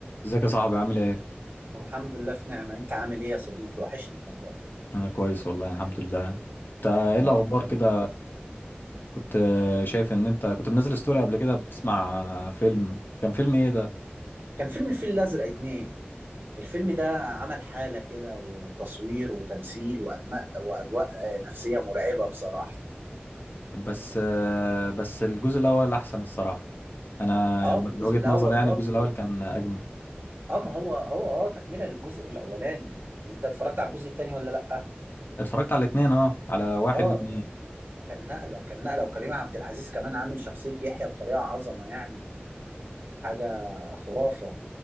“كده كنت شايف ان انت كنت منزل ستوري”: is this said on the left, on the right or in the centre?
Left